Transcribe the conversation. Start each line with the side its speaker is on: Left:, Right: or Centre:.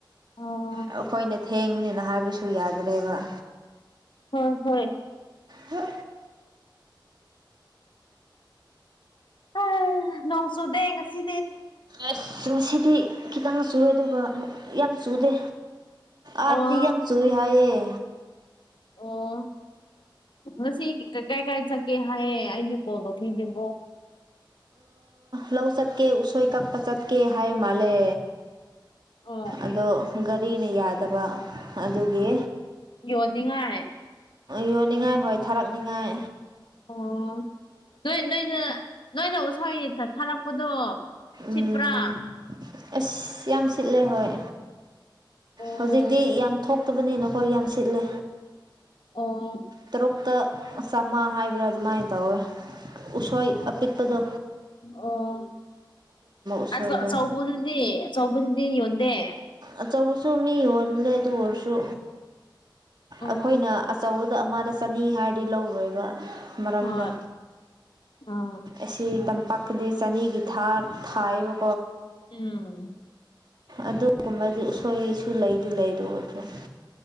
Left: ꯑꯣ
Right: ꯑꯩꯈꯣꯏꯅ ꯊꯦꯡꯕꯨꯅꯤꯅ ꯍꯥꯏꯕꯁꯨ ꯌꯥꯗ꯭ꯔꯦꯕ
Left: ꯍ ꯍꯣꯏ
Right: ꯍ
Left: ꯑ ꯅꯣꯡ ꯁꯨꯗꯦ ꯌꯦ ꯁꯤ
Right: ꯑꯁ ꯉꯁꯤꯗꯤ ꯈꯤꯇꯪ ꯆꯨꯔꯦ ꯑꯗꯨꯒ ꯌꯥꯝ ꯆꯨꯗꯦ ꯑꯔꯗꯤꯦꯝꯁꯨꯨꯏ
Left: ꯑꯣ
Right: ꯍꯥꯏꯑꯌꯦ
Left: ꯑꯣ ꯃꯁꯤꯁꯤ ꯀꯥꯏ ꯀꯥꯏ ꯆꯒꯦ ꯍꯥꯏꯑꯦ ꯑꯩꯗꯤ ꯀꯣꯜ ꯂꯧꯕꯤꯅꯤꯡꯕꯣ
Right: ꯂꯧ ꯆꯠꯀꯦ ꯎꯁꯣꯏ ꯀꯛꯄ ꯆꯠꯀꯦ ꯍꯥꯏ ꯃꯥꯜꯂꯦ
Left: ꯑꯣ
Right: ꯑꯗꯣ ꯒꯥꯔꯤꯅ ꯌꯥꯗꯕ ꯑꯗꯨꯒꯤ
Left: ꯌꯣꯅꯤꯡꯉ ꯍꯥꯏ
Right: ꯌꯣꯟꯅꯤꯡꯉꯥꯏ ꯍꯣꯏ ꯊꯥꯔꯛꯅꯤꯉꯥꯏ
Left: ꯑꯣ ꯅꯣꯏ ꯅꯣꯏꯗ ꯅꯣꯏꯅ ꯎꯁꯥ ꯌꯦꯛꯇ ꯊꯥꯔꯛꯄꯗꯣ
Right: ꯎꯝ
Left: ꯁꯤꯤꯄ꯭ꯔꯥ
Right: ꯑꯁ ꯌꯥꯝ ꯁꯤꯠꯂꯦ ꯍꯣꯏ
Left: ꯑꯣ
Right: ꯍꯧꯖꯤꯛꯇꯤ ꯌꯥꯝ ꯊꯣꯛ ꯀꯛꯇꯕꯅꯤꯅꯀꯣ ꯌꯥꯝ ꯁꯤꯠꯂꯦ
Left: ꯑꯣ
Right: ꯇꯔꯨꯛꯇ ꯆꯝꯃꯥ ꯍꯥꯏꯕ꯭ꯔꯥ ꯑꯗꯨꯃꯥꯏꯅ ꯇꯧꯋꯦ ꯎꯁꯣꯏ ꯑꯄꯤꯠꯄꯗ
Left: ꯑꯣ
Right: ꯎꯁꯣꯏꯗꯣ
Left: ꯑ ꯑꯆꯧꯕꯗꯨꯗꯤ ꯑꯆꯧꯕꯗꯨꯗꯤ ꯌꯣꯟꯗꯦ
Right: ꯑꯆꯧꯕꯁꯨ ꯃꯤ ꯌꯣꯜꯂꯦ ꯑꯗꯨ ꯑꯣꯏꯔꯁꯨ
Left: ꯑꯣ
Right: ꯑꯩꯈꯣꯏꯅ ꯑꯆꯧꯕ ꯑꯗ ꯑꯃꯗ ꯆꯅꯤ ꯍꯥꯏꯔꯗꯤ ꯂꯧꯔꯣꯏꯕ ꯃꯔꯝꯗ
Left: ꯍꯣꯏ ꯑꯥ
Right: ꯑꯁꯤ ꯄꯛꯗ ꯆꯅꯤꯒꯤ ꯊꯥꯔ ꯊꯥꯏꯕ
Left: ꯎꯝ
Right: ꯑꯗꯨꯒꯨꯝꯕꯗꯨꯁꯣꯏꯁꯨ ꯂꯩ ꯑꯗꯨ ꯑꯣꯏꯔꯁꯨ